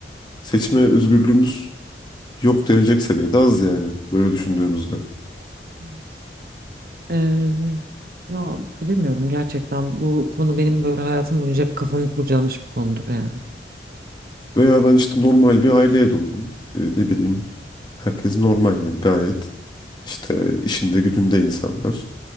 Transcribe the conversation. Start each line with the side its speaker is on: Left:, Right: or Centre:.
Left: Seçme özgürlüğümüz yok denilecek seviyede az yani böyle düşündüğümüzde.
Right: Evet, evet. Ee, ya bilemiyorum gerçekten bu konu benim böyle hayatım boyunca hep kafamı kurcalamış bir konudur yani.
Left: Veya ben işte normal bir aileye doğdum. E, ne bileyim herkes normal yani gayet işte işinde gücünde insanlar.